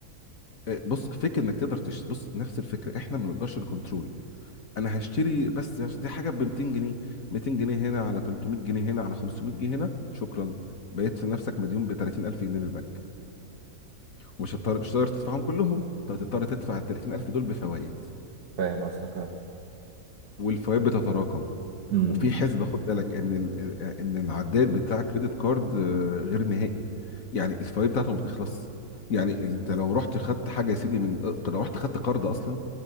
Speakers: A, on the left; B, on the right.
A: إيه، بص فكر انك تقدر تش... بص نفس الفكره احنا ما بنقدرش الكنترول انا هشتري بس هش- دي حاجه ب 200 جنيه 200 جنيه هنا على 300 جنيه هنا على 500 جنيه هنا شكرا بقيت في نفسك مديون ب 30000 جنيه للبنك ومش هتضطر مش هتقدر تدفعهم كلهم فتضطر تدفع ال 30000 دول بفوائد
B: فاهم قصدك اه
A: والفوائد بتتراكم
B: امم
A: وفي حسبة خد بالك ان ال- ان العداد بتاع كريدت كارد آه، غير نهائي يعني الفوائد بتاعته ما بتخلص يعني انت لو رحت خدت حاجه يا سيدي من لو رحت خدت قرض اصلا